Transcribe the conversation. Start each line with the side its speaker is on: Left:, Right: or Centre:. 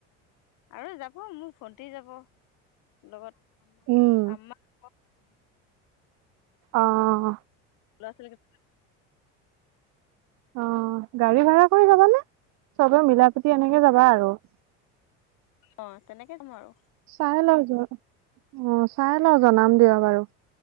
Left: আৰু যাব মোৰ ভণ্টি যাব লগত
Right: উম
Left: আম্মা সুবিধা য
Right: অহ।
Left: লৰা-ছোৱালী
Right: অ', গাড়ী ভাৰা কৰি যাবানে? চবে মিলাপতি এনেকে যাবা আৰু। <inaudible>
Left: অ', তেনেকে কম আৰু।
Right: চাই ল' অ', চাই ল' জনাম দিয় বাৰু।